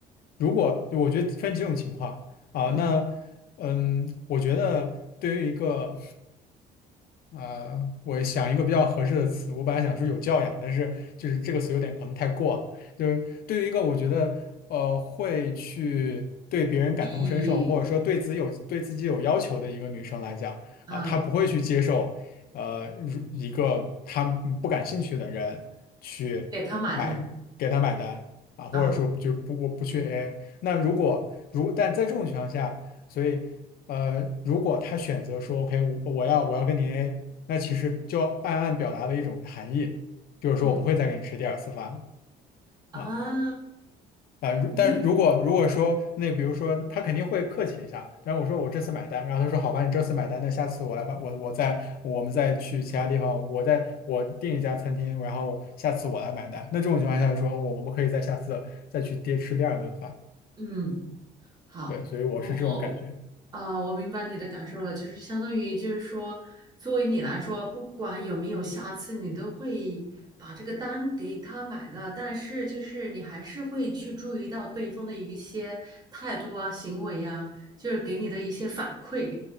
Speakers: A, on the left; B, on the right.
A: 如果就我觉得分几种情况啊，
B: 嗯，
A: 那嗯，我觉得对于一个呃，我想一个比较合适的词，我本来想说有教养，但是就是这个词有点可能太过了。就是对于一个我觉得呃会去对别人感同身受，
B: 以
A: 或者说对自己有对自己有要求的一个女生来讲啊，
B: 啊
A: 她不会去接受呃如一个她嗯不感兴趣的人去买给她买单啊，
B: 给他买单
A: 或者说就不不不去
B: 啊，
A: AA。那如果如但在这种情况下，所以。呃，如果他选择说 OK，我我要我要跟你 a 那其实就暗暗表达的一种含义，就是说我不会再给你吃第二次饭了
B: 嗯啊，
A: 啊啊！如但如果如果说那比如说他肯定会客气一下，
B: 没，
A: 但是我说我这次买单，然后他说好吧，你这次买单，那下次我来吧，我我再我们再去其他地方，我再我订一家餐厅，然后下次我来买单。那这种情况下说，我我们可以在下次再去爹吃第二顿饭，
B: 嗯，好，
A: 对，所以我是这种感觉，
B: 我我啊，我明白你的感受了，就是相当于就是说，作为你来说，不管有没有下次，你都会把这个单给他买了，但是就是你还是会去注意到对方的一些态度啊、行为呀、就是给你的一些反馈，